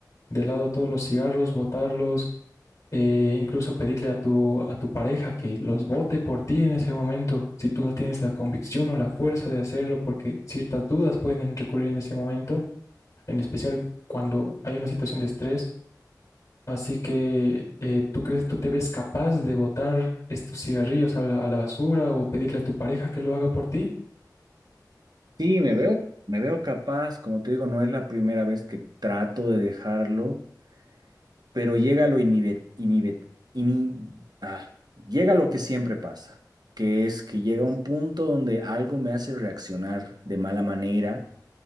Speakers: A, on the left; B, on the right.
A: de lado todos los cigarros, botarlos, eh, incluso pedirle a tu, a tu pareja que los bote por ti en ese momento, si tú no tienes la convicción o la fuerza de hacerlo, porque ciertas dudas pueden recurrir en ese momento, en especial cuando hay una situación de estrés. Así que, eh, ¿tú crees, tú te ves capaz de botar estos cigarrillos a la, a la basura o pedirle a tu pareja que lo haga por ti?
B: Sí, me veo, me veo capaz. Como te digo, no es la primera vez que trato de dejarlo. pero llega lo inhibe- inhibe- ini- ah, llega lo que siempre pasa, que es que llega un punto donde algo me hace reaccionar de mala manera